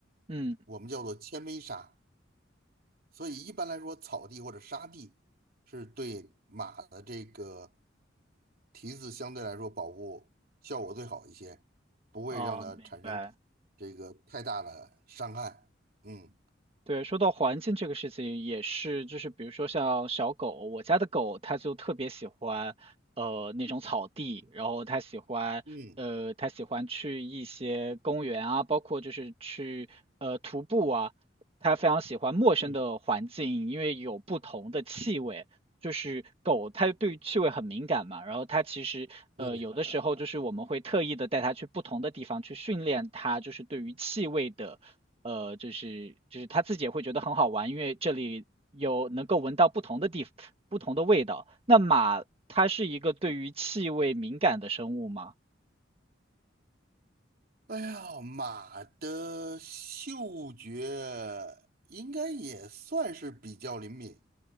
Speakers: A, on the right (about 30°); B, on the right (about 55°).
A: 嗯，
B: 我们叫做纤维沙。所以一般来说，草地或者沙地是对马的这个蹄子相对来说保护效果最好一些，不会让它产生
A: 哦，明白。
B: 这个太大的伤害。嗯
A: 对，说到环境这个事情也是，就是比如说像小狗，我家的狗它就特别喜欢，呃，那种草地，然后它喜欢，
B: 嗯
A: 呃，它喜欢去一些公园啊，包括就是去呃徒步啊，它非常喜欢陌生的环境，
B: 嗯，
A: 因为有不同的气味。就是狗，它对于气味很敏感嘛，然后它其实呃有的时候就是我们会特意的带它去不同的地方去训练它，
B: 对。
A: 就是对于气味的。呃，就是就是他自己也会觉得很好玩，因为这里有能够闻到不同的地不同的味道。那马它是一个对于气味敏感的生物吗？
B: 哎呀，马的嗅觉应该也算是比较灵敏，